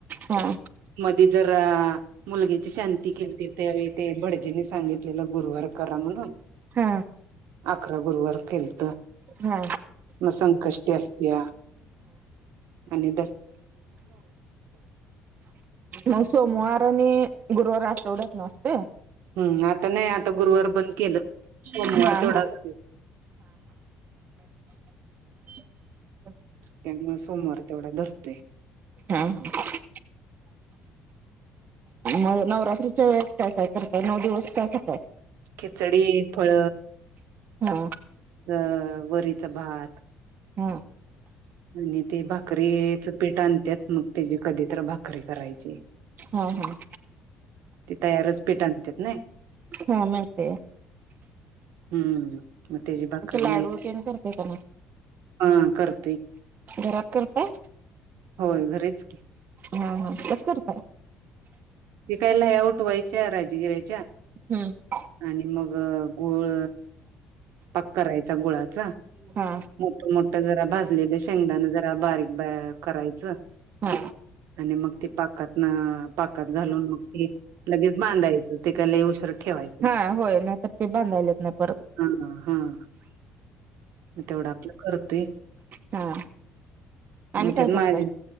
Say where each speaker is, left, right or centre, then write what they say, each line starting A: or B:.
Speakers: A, on the right; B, on the right.
A: हा
B: मध्ये जरा.. मुलगीची शांती केते त्यावेळी ते भटजीने सांगितलेलं गुरुवार करा म्हनून...
A: हा.
B: अकरा गुरुवार केलंत.
A: हा
B: मग संकष्टी असतया, आनी..
A: म सोमवार आनी गुरुवार आठवड्यातना असतंय.
B: हम्म आताने आता गुरवार बंद केलं. सोमवार
A: हा
B: तेवढाच
A: हा रिकामा ऑडिओ
B: त्यामुळे सोमवार तेवढा धरतेय.
A: हा हा मग नवरात्रीच्या वेळ काय काय करताय नऊ दिवस काय कर
B: खिचडी फळ
A: हा
B: अ वर भात
A: हम्म
B: आणि ते भाकरीचं पीठ आणते मग त्याची कधीत भाकरी करायची
A: हम् हम्
B: ती तयारच पेठ आणत ना
A: हा म ते
B: हम्म म तेजी बाकरी
A: लाडू तेन करताय का
B: हा करत
A: राकरत
B: हो घरेच की
A: हा हा कस करत
B: तेिकायला हे आऊट व्हायच्या राजगिरायच्या
A: हम्म
B: आणि मग गुळ पाक करायचा गुळाचा
A: हा
B: मोठ मोठ जरा भाजलेलं शेंगदाण जरा बारीक ब करायचं
A: हा
B: आणि मग ती पाकात पाकात घालून मग त लगेच बांधायचं ते ला उ शर ठेवायचं
A: हा होय नाहीतर ते बांधायला येत नाही परत
B: हम हम् तेवढं आपलं करतोय
A: हा आणि
B: च्यात
A: काय करताय
B: माझ